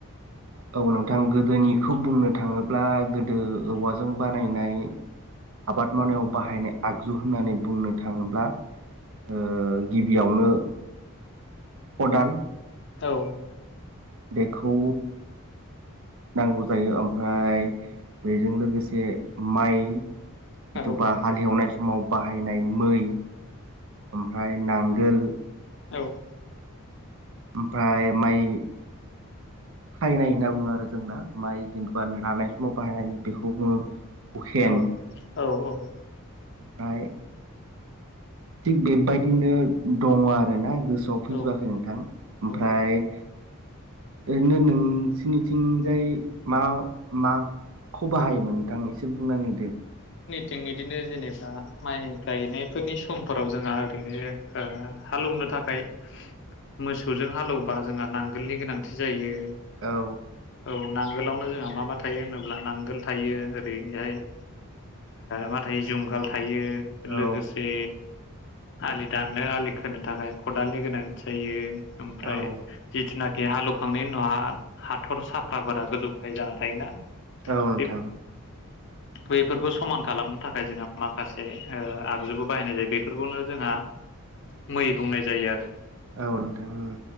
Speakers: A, on the right (about 65°); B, on the left (about 55°).
A: औ नोंथां गोदोनिखौ बुंनो थाङोब्ला गोदो औवाजों बानायनाय आबाद मावनायाव बाहायनाय आगजु होननानै बुंनो थाङोब्ला ओ गिबियावनो खदाल
B: औ
A: बेखौ नांगौ जायो ओमफ्राय बेजों लोगोसे माइ जिथ'बा
B: औ
A: हाल एवनाय समाव बाहायनाय मै ओमफ्राय नांगोल
B: औ
A: ओमफ्राय माइ खायनाय होनना बुङो आरो जोंना माइ जेनेबा नानाय समाव बाहायनाय बेखौ बुङो हुखेन
B: औ औ औ <inaudible>
A: ओमफ्राय थिग बेबायदिनो दङ आरो गोस सोआव फैजोबाखै
B: औ
A: नोंथां ओमफ्राय
B: औ
A: ओरैनो नोंसिनिथिंजाय मा माखौ बाहायोमोन नोंथां एस से बुंनानै होदो
B: थिं बिदिनो जेनेबा माइ गायनायफोरनि समफोराव जोंहा ओरैनो ओ हालौनो थाखाय मोसौजों हालौबा जोंहा नांगोलनि गोनांथि जायो।
A: औ
B: औ नां गोलावनो जोंहा मा मक थायो होनोब्ला नांगोल थायो ओरैहाय ओ मा थायो जुंगाल था थायो
A: औ
B: लोगोसे आलि दाननो आलि खोनो थाखाय खदालनि गोनांथि जायो ओमफ्राय
A: औ
B: जिथुनाख बे हालौखांनायनि उनावहा हाथर साफ्राफोरा गोजौ गाहाय जाना थायोना
A: औ नोंथां।
B: बे बैफोरखौ समान खालामनो थाखाय जोंहा माखासे ओ आगजुबो बाहायनाय जायो बेफोरखौनो जोंहा मै बुंनाय जायो आरो।
A: औ नोंथां उम।